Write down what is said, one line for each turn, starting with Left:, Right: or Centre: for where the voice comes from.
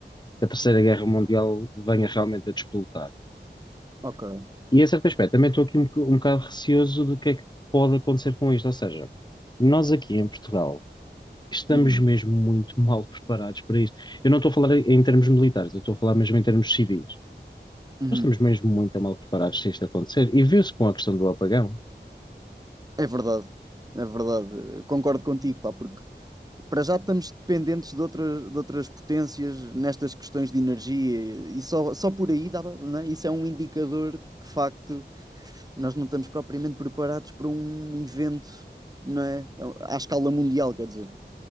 Left: que a Terceira Guerra Mundial venha realmente a despoletar.
Right: Ok.
Left: E a certo aspecto, também estou aqui um, boc- um bocado receoso do que é que pode acontecer com isto. Ou seja, nós aqui em Portugal estamos
Right: Uhum.
Left: mesmo muito <laughs> mal preparados para isto. Eu não estou a falar em em termos militares, eu estou a falar mesmo em termos civis.
Right: Uhum.
Left: Nós estamos mesmo muito mal preparados se isto acontecer. E viu-se com a questão do apagão.
Right: É verdade, é verdade. Eu Concordo contigo, pá, porque para já estamos dependentes de outras, de outras potências nestas questões de energia e só, só por aí dá, não é? Isso é um indicador de que, de facto, nós não estamos propriamente preparados para um evento, não é? À escala mundial, quer dizer.